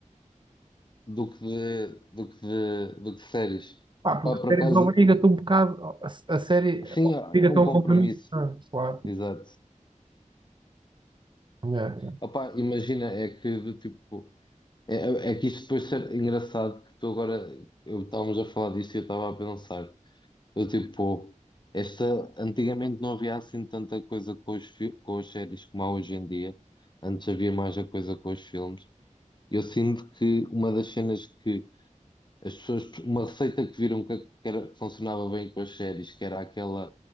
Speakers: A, on the left; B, on the right.
A: do que de, do que de, do que de séries.
B: Pá, porque
A: Pá, por
B: séries
A: acaso,
B: obriga-te um bocado, a, a série
A: sim,
B: obriga-te
A: é um
B: a um
A: compromisso.
B: compromisso. Ah, Claro.
A: Exato.
B: Yeah,
A: Opa, imagina, é que do tipo, é, é é que isso depois ser engraçado que tu agora, eu estávamos a falar disto e eu estava a pensar, eu tipo, esta, antigamente não havia assim tanta coisa com os, fi- com as séries como há hoje em dia, antes havia mais a coisa com os filmes, e eu sinto que uma das cenas que as pessoas, uma receita que viram que, que era, que funcionava bem com as séries, que era aquela